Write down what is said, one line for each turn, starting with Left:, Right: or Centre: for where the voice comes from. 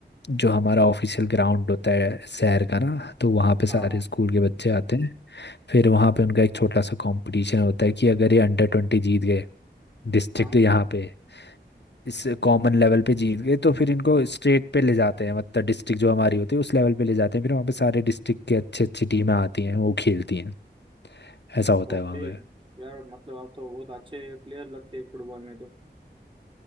Left: जो हमारा ऑफिशियल ग्राउंड होता है शहर का ना तो वहाँ पे
Right: हाँ
Left: सारे स्कूल के बच्चे आते हैं फिर वहाँ पे उनका एक छोटा सा कंपटीशन होता है कि अगर ये अंडर ट्वेंटी जीत गए डिस्ट्रिक्ट
Right: हाँ
Left: यहाँ पे इस कॉमन लेवल पे जीत गए तो फिर इनको स्टेट पे ले जाते हैं मतलब डिस्ट्रिक्ट जो हमारी होती है उस लेवल पे ले जाते हैं फिर वहाँ पे सारे डिस्ट्रिक्ट के अच्छी अच्छी टीमें आती हैं वो खेलती हैं ऐसा होता
Right: ओके
Left: है वहाँ पे
Right: यार मतलब आप तो बहुत अच्छे प्लेयर लगते हैं फुटबॉल में तो